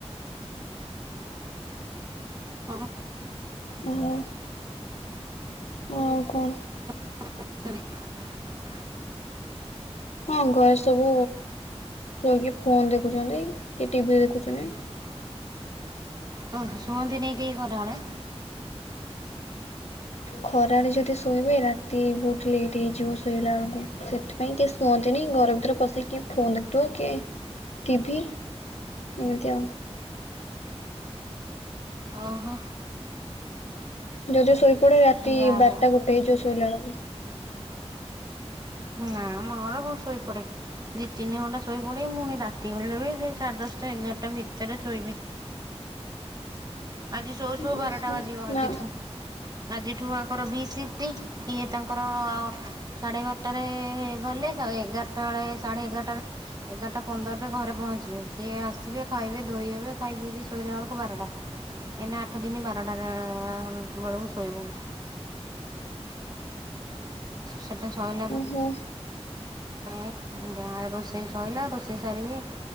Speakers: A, on the right; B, on the left.
A: ହଁ।
B: ମାନେ କୁହ କଣ?
A: <unintelligible>
B: ହଁ ଘରେ ସବୁ ରହିକି ଫୋନ ଦେଖୁଛନ୍ତି କି ଟିଭିି ଦେଖୁଛନ୍ତି।
A: ଓ ଶୁଅନ୍ତିିନି ଟିକେ ଖରା ବେଳେ?
B: ଖରାବେଳେ ଯଦି ଶୋଇବେ ରାତି ବହୁତ ଲେଟ୍ ହେଇଯିବ ଶୋଇଲା ବେଳକୁ‌। ସେଥିପାଇଁ କିଏ ଶୁଅନ୍ତିନି ଘର ଭିତରେ ପଶିକି କିଏ ଫୋନ ଦେଖିବ କିଏ ଟିଭି ଏମିତି ଆଉ।
A: ଅ ହ।
B: ଯଦି ଶୋଇପଡେ ରାତି
A: ଯାହା
B: ବାରଟା
A: ହଉ
B: ଗୋଟେ ହେଇଯିବ ଶୋଇଲା ବେଳକୁ
A: ନା ମର ମୁଁ ଶୋଇ ପଡେ। ଦି ତିନି ଘଣ୍ଟା ଶୋଇ ପଡିିବି ପୁଣି ରାତି ହେଲେ ବି ସେଇ ସାଢ଼େ ଦଶଟା ଏଗାରଟା ଭିତରେ ଶୋଇବି। ଆଜି ସୋଉ ସୋଉ
B: ଉହୁଁ
A: ବାରଟା ବାଜିବ ଆଜିଠୁ
B: ନା
A: ଆଜିଠୁ ଆଙ୍କର ବି ସିଫ୍ଟି ଇଏ ତାଙ୍କର ସାଢ଼େ ବାରଟାରେ ଗଲେ ଏଗାରଟା ବେଳେ ସାଢ଼େ ଏଗାରଟାରେ ଏଗାରଟା ପନ୍ଦରରେ ଘରେ ପହଞ୍ଚିବେ ସିଏ ଆସିବେ ଖାଇବେ ଧୋଇ ହେବେ ଖାଇ ପିଇ କି ଶୋଇଲା ବେଳକୁ ବାରଟା। ଏଇନା ଆଠ ଦିନି ବାରଟାରେ ବେଳକୁ ଶୋଇବୁ। ସେଟା ଶଇଲା
B: ହୁଁ।
A: ଯା ନା ରୋଷେଇ ସରିଲା ରୋଷେଇ ସାରିକି